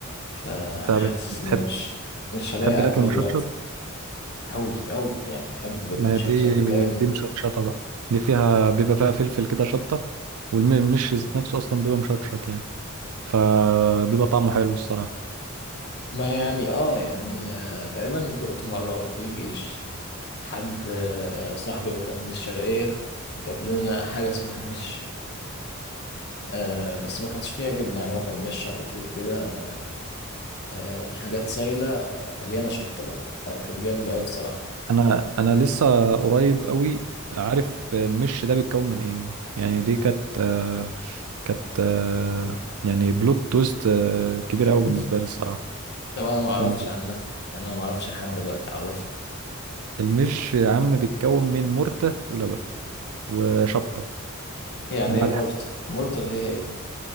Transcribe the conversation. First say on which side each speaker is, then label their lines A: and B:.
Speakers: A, on the left; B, on the right.
A: فحاسس
B: انت بت- بتحب
A: إن مش مش
B: بتحب
A: هلاقي
B: الأكل
A: أكل
B: المشطشط
A: دلوقتي أوي أوي يعني بحب
B: ما
A: المشطشط
B: هي دي
A: جامد
B: دي مشطشطة بقى دي فيها بيبقى فيها فلفل كده شطة والمش ذات نفسه أصلا بيبقى مشطشط يعني فبيبقى طعمه حلو الصراحة
A: ما يعني اه يعني آه، تقريبا دقت مرة وأنا في الجيش حد آه، صاحبي وكان من الشرقية جاب لنا حاجة اسمها مش آه بس ما كانش فيها جبنة يعني هو كان مش على طول كده آه، حاجات سايلة آه، مليانة شطة بقى فكانت جامدة أوي بصراحة
B: انا انا لسه قريب قوي عارف المش ده بيتكون من ايه يعني دي كانت آه، كانت آه، يعني بلوت تويست آه، كبيره قوي بالنسبه
A: <laughs>
B: لي الصراحه
A: طب أنا معرفش
B: لأن
A: عامة يعني أنا معرفش لحد دلوقتي عرفت
B: المش يا عم بيتكون من مرتة ولبن وشطه
A: يعني
B: وملح
A: إيه مورتا مورتا اللي هي إيه